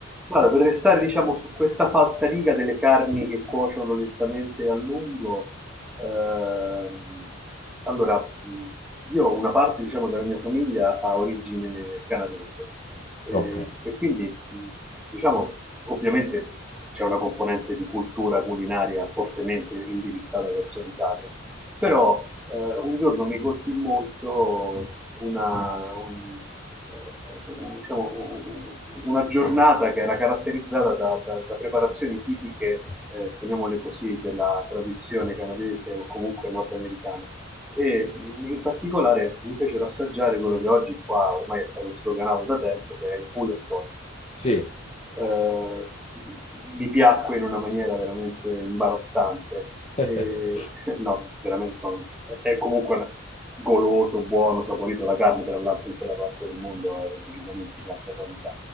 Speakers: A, in the centre; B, on the left (about 30°).
A: Guarda, per restare, diciamo, su questa falsariga delle carni che cuociono lentamente a lungo, ehm, allora, mh, io una parte, diciamo, della mia famiglia ha origine canadese eh,
B: Ok,
A: e quindi, mh, diciamo, ovviamente c'è una componente di cultura culinaria fortemente indirizzata verso l'Italia, però eh, un giorno mi colpì molto una, un- un- diciamo, un- una giornata che era caratterizzata da, da- da preparazioni tipiche, eh, chiamiamole così, della tradizione canadese o comunque nordamericana. E mh, in particolare mi fecero assaggiare quello che oggi qua ormai è stato sloganato da tempo, che è il pulled pork.
B: sì,
A: Eh, mi piacque in una maniera veramente imbarazzante.
B: <laughs>
A: E, <laughs> no, veramente sono, è, è comunque una- goloso, buono, saporito la carne, tra l'altro in quella parte del mondo è decisamente di alta qualità.